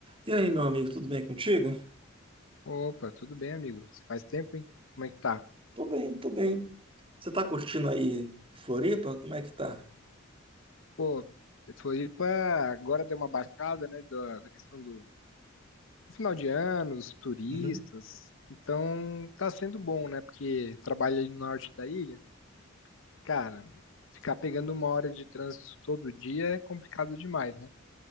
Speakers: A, on the right (about 25°); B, on the left (about 70°).
A: E aí, meu amigo, tudo bem contigo?
B: Opa, tudo bem, amigo? Faz tempo, hein? Como é que tá?
A: Tô bem, tô bem. Você tá curtindo aí Floripa? Como é que tá?
B: Pô, Floripa agora deu uma baixada, né, da, da questão do do final de ano, os turistas.
A: Uhum.
B: Então, tá sendo bom, né? Porque trabalho ali no norte da ilha, cara, ficar pegando uma hora de trânsito todo dia é complicado demais, né?